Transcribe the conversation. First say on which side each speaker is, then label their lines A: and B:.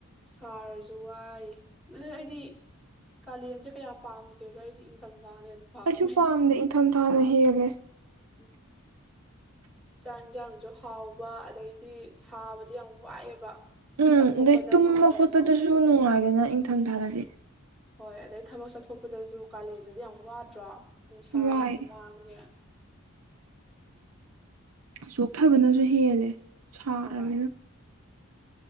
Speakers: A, in the centre; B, on the right.
A: ꯁꯔꯖꯨꯋꯥꯏ ꯑꯗꯨ ꯑꯩꯗꯤ ꯀꯥꯂꯦꯟꯁꯦ ꯀꯌꯥ ꯄꯥꯝꯗꯦꯕ ꯑꯩꯗꯤ ꯏꯪꯊꯝꯊꯥꯅ ꯍꯦꯟꯅ ꯄꯥꯝꯃꯦ
B: ꯑꯩꯁꯨ ꯄꯥꯝꯗꯦ ꯏꯪꯊꯝꯊꯥꯅ ꯍꯦꯜꯂꯦ
A: ꯎꯝ ꯆꯥꯛ ꯏꯟꯖꯥꯡꯁꯨ ꯍꯥꯎꯕ ꯑꯗꯩꯗꯤ ꯁꯥꯕꯗꯤ ꯌꯥꯝ ꯋꯥꯏꯑꯦꯕ
B: ꯎꯝ
A: ꯆꯠꯊꯣꯛꯄꯗ
B: ꯑꯗꯩ ꯇꯨꯝꯕ
A: ꯑꯃ ꯑꯣꯏꯔꯁꯨ
B: ꯈꯣꯠꯄꯗꯨꯁꯨ ꯅꯨꯡꯉꯥꯏꯗꯅ ꯏꯪꯊꯝꯊꯥꯗꯗꯤ
A: ꯍꯣꯏ ꯑꯗꯩ ꯊꯕꯛ ꯆꯠꯊꯣꯛꯄꯗꯁꯨ ꯀꯥꯂꯦꯟꯗꯗꯤ ꯌꯥꯝ ꯋꯥꯗ꯭ꯔꯣ ꯅꯨꯡꯁꯥꯅꯦ
B: ꯋꯥꯏ
A: ꯍꯨꯃꯥꯡꯅꯦ
B: ꯆꯣꯛꯊꯕꯅꯁꯨ ꯍꯦꯜꯂꯦ ꯁꯥꯔꯕꯅꯤꯅ
A: ꯍꯣꯏ